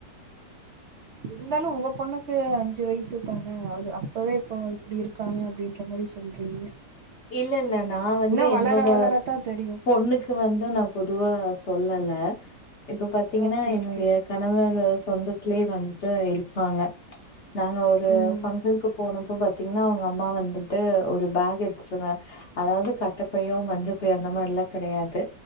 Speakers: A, on the right (about 85°); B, on the left (about 55°).
A: இருந்தாலு உங்க பொண்ணுக்கு அஞ்சு வயசு தான அது அப்பவே இப்போ இப்டி இருக்காங்க அப்டின்ற மாரி சொல்றீங்க
B: இல்லல்ல நா வந்து
A: இன்னு வளர
B: என்னோட
A: வளரத்தா தெரியு
B: பொண்ணுக்கு வந்து நா பொதுவா சொ ஒல்லல்ல இப்ப பாத்தீங்கன்னா
A: ஓகே
B: என்னுடைய
A: ஓகே
B: கணவரு சொந்த <unintelligible> வந்ட்டு இருப்பாங்க நாங்க ஒரு
A: ம்
B: ஃபங்க்ஷனுக்கு போனும்ப்போனப்ப பாத் த்தீங்ன்னா அவங்கம்மா வந்துட்டு ஒரு பேகு எடுத் ந்த அதாது கட்ட பையோ மஞ்ச பையோ அந்த மாரில்லா கெடையாது